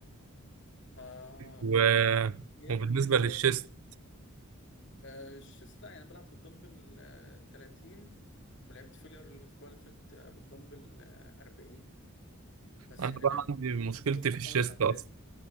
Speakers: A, on the left; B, on the right.
A: ف...
B: و...
A: فبس هي
B: وبالنسبة
A: المشكلة
B: للشيست
A: آه، الشيست لا يعني بلعب بالدمبل آه، 30 ولعبت فيلير الأسبوع اللي فات آه، بالدمبل آه، 40 بس
B: انا بقى
A: يعني لعبت
B: عندي
A: بيه
B: مشكلتي
A: جبت
B: في الشيست
A: خمس عدات
B: اصلا